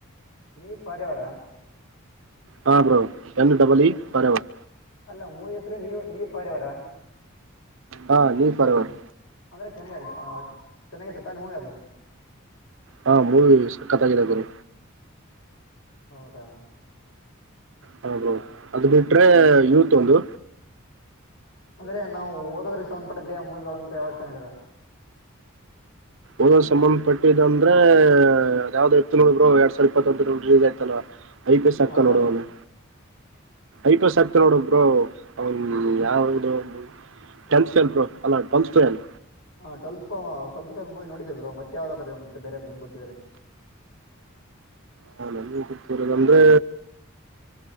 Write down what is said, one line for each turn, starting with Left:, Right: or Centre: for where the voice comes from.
Left: ನೀ ಪರೆವಾರ
Right: ಹಾ ಬ್ರೊ ಎನ್ ಡಬಲ್
Left: ಅದು
Right: ಇ ಫಾರೆವರ್
Left: ಅಲ್ಲ ಮೂವ ಹೆಸ್ರ ನೀವು ನೀ ಪಾರವರ
Right: ಹಾ ನೀ ಫಾರೆವರ್
Left: ಅಂದ್ರೆ ಚೆನ್ನ ಚೆನ್ನಾಗಾತೆ ತಾನೆ ಮೂವಿ ಅದು
Right: ಹಾ ಬ್ರೊ ಸಕ್ಕತ್ತಾಗಿದೆ ಬ್ರೊ
Left: ಹೌದಾ
Right: ಹಾ ಬ್ರೊ ಅದು ಬಿಟ್ರೆ ಯೂತ್ ಒಂದು
Left: ಅಂದ್ರೆ ನಾವು ಹೋದ ವರ್ಷ ಪಟ್ಟದಹ ಮೂವಿಗಳು ಅಂತ ಯಾವ್ದ ಚಾನ್ನಗಿವೆ..
Right: ಓದೋ್ ಸಂಬಂಧಪಟ್ಟಿದ ಅಂದ್ರೆ ಅದ ಯಾವ್ದ್ ಇತ್ತು ಬ್ರರು ಯಾಡ ಸ್ವಲ್ಪ್ ದೊಡ್ಡದ ರಿಲೀಸ್ ಆಯ್ತಲ್ಲ ಐದ್ ಸಕ್ಕಲಹೊಡದನಿ
Left: ಹಾ ಬ್ರೋ
Right: ಐಪಸ್ ಆಕ್ತಹೊಡದ್ರು ಅವನು ಯಾವದ ಮು ಟೆಂತ್ ಫೇಲ್ ಬರೋ ಅಲ್ಲ ಟಂತ್ಸ್ಫಲ್
Left: ಹಾ ಟ್ವೆಲ್ ಟ್ವೆಲ್ತ್ ಫಲ್ ಮೂವಿ ನೋಡಿದ್ದ ಬ್ರೊ ಮತ್ತೆ ಯಾವ್ದಾದ್ರ ಮತ್ತ ಬೇರೆ ನಿಮ್ ಗೊತ್ತಿದ್ರೆ.
Right: ಹೌದ್ ಅದನ ಬಿಟ್ಟ ಬೇರೆದದ್ರೆ..